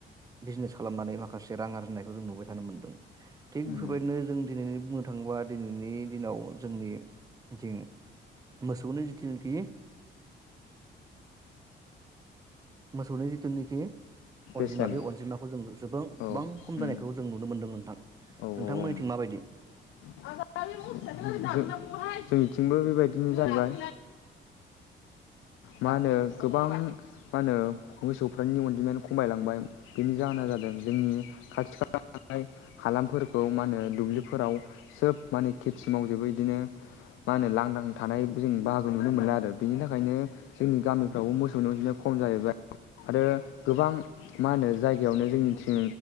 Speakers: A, on the right; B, on the left.
A: बिजनेस खालामनानै माखासे रां आरजिनायखौ जों नुबाय थानो मोनदों थिग
B: उम
A: बेफोरबायदिनो जों दिनै बुंनो थाङोबा दिनैनि दिनाव जोंनिथिं मोसौनो जिथुनोखि मोसौनो जिथुनोखि
B: बेसेन
A: अनजिमा बे अनजिमाखौ जों जोब
B: औ
A: गोबां खम
B: उम
A: जानायखौ जों नुनो मोनदों नोंथां नोंथांमोनिथिं
B: औ ओं
A: माबायदि?
B: जो जोंनिथिंबो बेबायदिनो जाहैबाय मा होनो गोबां मा होनो मोसौफोरनि अनजिमायानो खमायलांबाय बेनि जाहोना जादों जोंनि खाथि खाला थानाय हालामफोरखौ मा होनो दुब्लिफोराव सोब माने खेथि मावजोबो इदिनो मा होनो लांदां थानाय जों बाहागो नुनो मोना आरो बेनि थाखायनो जोंनि गामिफ्रावबो मोसौनि अनजिया खम जाहैबाय आरो गोबां मा होनो जायगायावनो जोंनिथिं